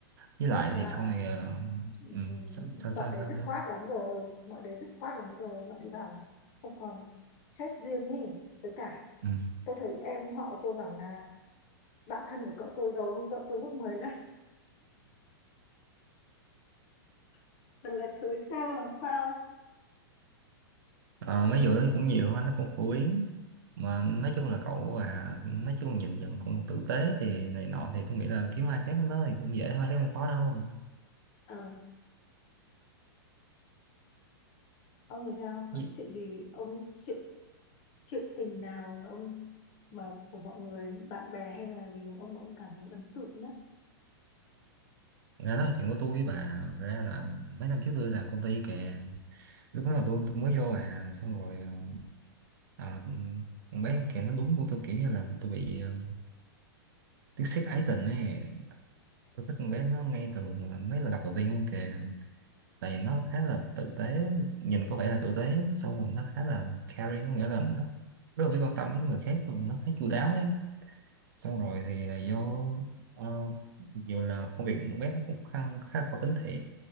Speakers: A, on the right; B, on the left.
A: với
B: nhưng
A: lại
B: mà
A: thì sau này ờ,
B: ừm,
A: ừ. sao sao
B: bọn
A: sao
B: đấy
A: sao,
B: dứt
A: sao?
B: khoát lắm rồi bọn đấy dứt khoát lắm rồi bọn đấy bảo là không còn hết duyên ý với cả
A: Ừ.
B: tôi thấy em họ tôi bảo là bạn thân của cậu tôi giàu hơn cậu tôi gấp mười lần <laughs> thật là chớ trêu làm sao
A: Ờ, mấy vụ đó cũng nhiều ha nó cũng phổ biến mà nói chung là cậu và nói chung nhìn nhận cũng tử tế thì này nọ thì tôi nghĩ là kiếm ai khác nó thì cũng dễ thôi chứ không khó đâu
B: Ờ, ông thì sao?
A: Vì-
B: Có chuyện gì? Ông chuyện chuyện tình nào mà ông mà của mọi người, bạn bè hay là gì của ông mà ông cảm thấy ấn tượng nhất?
A: ra đó là chuyện của tôi với bà Thật ra là mấy năm trước tôi làm công ty kìa lúc đó là tôi tôi mới vô à xong rồi ờ, à, con bé kìa nó đúng của tôi kiểu như là tôi bị ờ, tiếc xét ái tình ấy tôi thích con bé nó ngay từ mà mấy lần gặp đầu tiên luôn kìa tại vì nó khá là tử tế nhìn có vẻ là tử tế xong rồi nó khá là caring có nghĩa là nó rất là biết quan tâm đến người khác nó khá chu đáo ấy xong rồi thì à, vô uh, dù là công việc con bé nó cũng khá, khá là khó tính thiệt